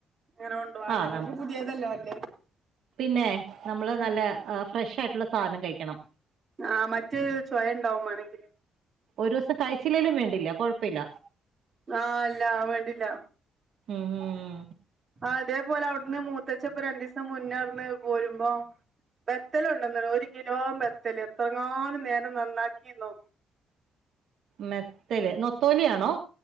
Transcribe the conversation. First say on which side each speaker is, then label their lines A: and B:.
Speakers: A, on the right (about 35°); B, on the right (about 70°).
A: അങ്ങനെ കൊണ്ട പോവാൻ
B: ആഹ്
A: നമ്മക്ക്
B: ന
A: പുതിയതല്ലേ നല്ലേ
B: പിന്നെ നമ്മള് നല്ല ഫ്രഷ് ആയിട്ടുള്ള സാധനം കഴിക്കണം
A: ആ മറ്റേ ചവയ ഉണ്ടാവും വേണെങ്കിൽ
B: ഒരു ദിവസം കഴിച്ചില്ലേലും വേണ്ടില്ല കുഴപ്പമില്ല
A: ആഹ് ഇല്ല വേണ്ടില്ല
B: ഉം ഉം
A: ആ അതേപോലെ അവിടുന്ന് മൂത്തച്ചപ്പോ രണ്ടു ദിവസം ര അവിടുന്ന് പോരുമ്പോ ബെത്തൽ കൊണ്ടൊന്നു ഒരു കിലോ ബെത്തല് എത്രങ്ങാലം നേരം നന്നാക്കിനോ
B: മെത്തല് നൊത്തോലിയാണോ